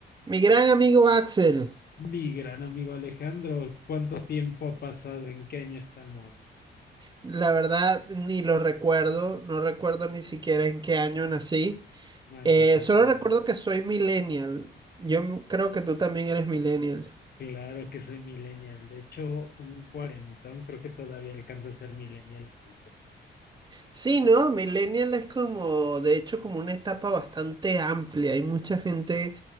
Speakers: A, on the right; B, on the left.
A: Mi gran amigo Axel,
B: Mi gran amigo Alejandro, ¿cuánto tiempo ha pasado? ¿En qué año estamos?
A: la verdad ni lo recuerdo, no recuerdo ni siquiera en qué año nací.
B: Maldita
A: Eh, solo
B: sea.
A: recuerdo que soy millennial. Yo m- creo que tú también eres millennial.
B: Claro que soy millennial. De hecho, un cuarentón creo que todavía alcanza a ser millennial ahorita.
A: Sí, ¿no? Millennial es como, de hecho, como una etapa bastante amplia. Hay mucha gente